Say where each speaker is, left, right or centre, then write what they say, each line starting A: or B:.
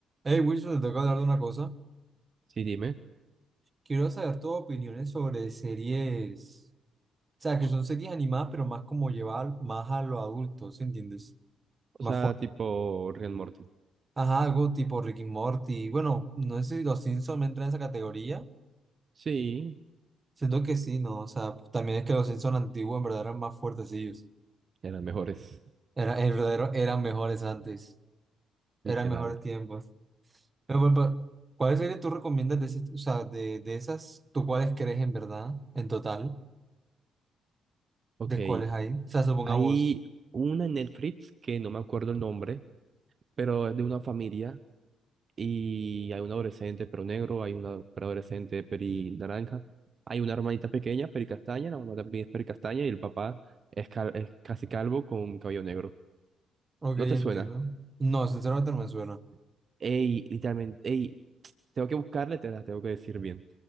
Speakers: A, on the right; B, on the right.
A: Hey Wilson, te tengo que hablar de una cosa.
B: Sí, dime.
A: Quiero saber tus opiniones sobre series, o sea, que son series animadas, pero más como llevar más a los adultos, ¿sí entiendes? Más
B: O sea,
A: fuerte.
B: tipo Rick and Morty.
A: Ajá, algo tipo Rick y Morty. Bueno, no sé si los Simpsons entran en esa categoría.
B: Sí,
A: Siento que sí, ¿no? O sea, también es que los Simpsons antiguos en verdad eran más fuertecillos.
B: eran mejores,
A: Era, en verdad eran mejores antes. Eran
B: <laughs> literal.
A: mejores tiempos. Pero, pero, pero, ¿cuáles series tú recomiendas de, ese- o sea, de, de esas? ¿Tú cuáles crees en verdad, en total?
B: Ok,
A: ¿De cuáles hay? O sea, supongamos.
B: hay una en Netflix que no me acuerdo el nombre, pero es de una familia y hay un adolescente pero negro, hay una adolescente peri naranja, hay una hermanita pequeña peri castaña, la mamá también es peri castaña y el papá es, cal- es casi calvo con cabello negro.
A: Ok,
B: ¿No
A: entiendo.
B: te suena?
A: No, sinceramente no me suena.
B: Ey, literalmente, ey, tengo que buscarle, te la tengo que decir bien.